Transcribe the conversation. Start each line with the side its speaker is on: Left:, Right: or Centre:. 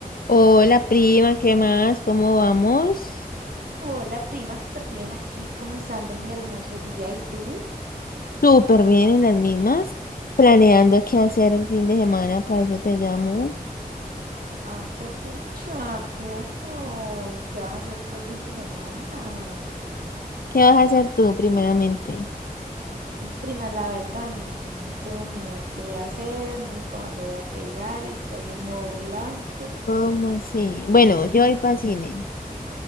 Left: Hola prima, ¿qué más? ¿Cómo vamos?
Right: Hola, prima, súper bien aquí comenzando mi hermoso día. ¿Y tú?
Left: Súper bien en las mismas. Planeando qué hacer el fin de semana, para eso te llamo.
Right: Ah, juepucha, perro. ¿Y qué vas a hacer todo el fin de semana?
Left: ¿Qué vas a hacer tú primeramente?
Right: Mm, Prima, la verdad, no sé, no tengo ni idea qué voy a hacer, ni para dónde voy a pegar. Estoy en modo blanco.
Left: ¿Cómo así? Bueno, yo voy para cine.